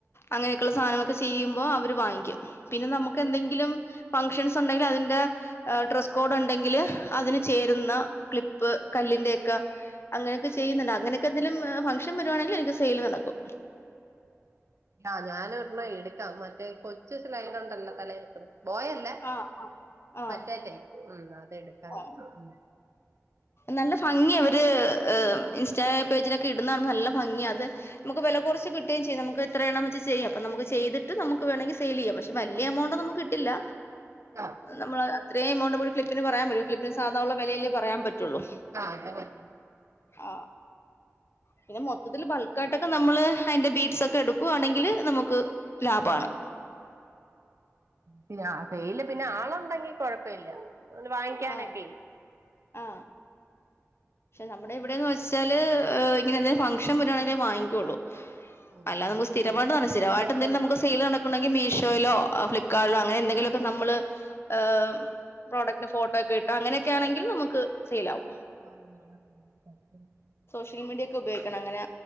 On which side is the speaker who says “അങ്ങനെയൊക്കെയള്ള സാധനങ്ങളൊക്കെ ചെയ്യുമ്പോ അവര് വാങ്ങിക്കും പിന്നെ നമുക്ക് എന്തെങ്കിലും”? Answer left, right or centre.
Left